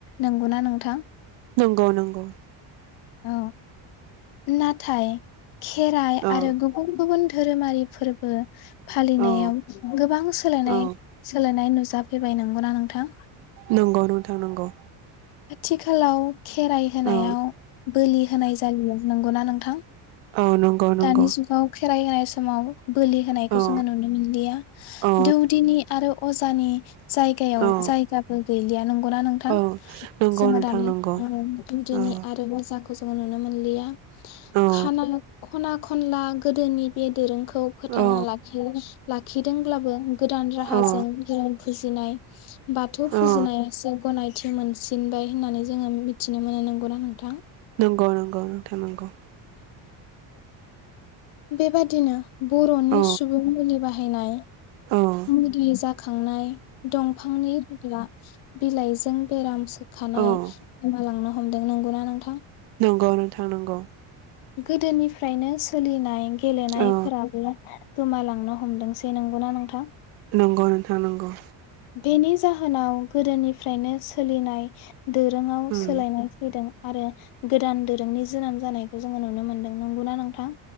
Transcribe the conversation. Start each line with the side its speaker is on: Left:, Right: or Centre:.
Left: नंगौना नोंथां?
Right: नंगौ नंगौ।
Left: औ नाथाय खेराइ
Right: औ
Left: आरो गुबुन गुबुन धोरोमारि फोरबो फालिनायाव
Right: औ
Left: गोबां सोलायनाय
Right: औ
Left: सोलायनाय नुजाफैबाय नंगौना नोंथां?
Right: नंगौ नोंथां नंगौ।
Left: आथिखालाव खेराइ होनायाव
Right: औ
Left: बोलि होनाय जालिया नंगौना नोंथां?
Right: औ नंगौ नंगौ।
Left: दानि जुगाव खेराइ होनाय समाव बोलि होनायखौ
Right: औ
Left: जोङो नुनो मोनलिया।
Right: औ
Left: दौदिनि आरो अजानि जायगायाव
Right: औ
Left: जायगाबो गैलिया नंगौना नोंथां?
Right: औ नंगौ
Left: जोंहा
Right: नोंथां
Left: दानि
Right: नंगौ
Left: ओ दौदिनि
Right: औ
Left: आरो अजाखो खौ जों नुनो मोनलिया
Right: औ
Left: खाना खना खनला गोदोनि बे दोरोंखौ फोथांना
Right: औ
Left: लाखि लाखिदोंब्लाबो गोदान राहाजों
Right: औ
Left: धोरोम फुजिनाय बाथौ फुजिनायासो
Right: औ
Left: गनायथि मोनसि सिनबाय होननानै जोङो मिथिनो मोनो नंगौना नोंथां?
Right: नंगौ नंगौ नोंथां नंगौ।
Left: बेबादिनो बर'नि
Right: औ
Left: सुबुं मुलि बाहायनाय
Right: औ
Left: मुदि जाखांनाय दंफांनि रुदा बिलाइजों बेराम सो खानाय
Right: औ
Left: गोमलांनो हमदों नंगौना नोंथां?
Right: नंगौ नों थां नंगौ।
Left: गोदोनिफ्रायनो सोलिनाय गेलेनायफोराबो
Right: औ
Left: गोमालांनो हमदोंसै नंगौना नोंथां?
Right: नंगौ नोंथां नंगौ।
Left: बेनि जाहोनाव गोदोनिफ्रायनो सोलिनाय दोरोङाव
Right: उम
Left: सोलायनाय फैदों। आरो गोदान दोरोंनि जोनोम जानायखौ जोङो नुनो मोन्दों नंगौना नोंथां